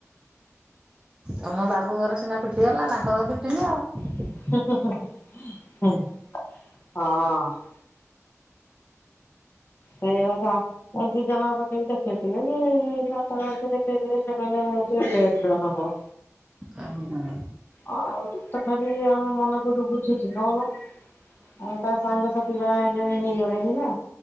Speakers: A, on the right (about 15°); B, on the left (about 40°).
A: ତମ ବାବୁଙ୍କର ସିନା ଫିଟିଗଲା ତାଙ୍କର ଫିଟିନି ଆଉ।
B: ହଁ। ସେଇ ବା ଆଜିିଜା ମା ପାଖ ବି ଦେଖେଇଥିଲେ ଯେ, ବାପା ମାଙ୍କୁ ଦେଖେଇଥିଲେ ସେମାନେ ଟିକେ ଲେଟ ରେ ହବ।
A: ହଁ ହଁ
B: ଆଉ ତଥାପି ଆମ ମନ କଉଠୁ ବୁଝୁଛି, କଉ ନ ଅତା ସାଙ୍ଗସାଥି ବା ଏବେ ହେଇଗଲେଣି ନା।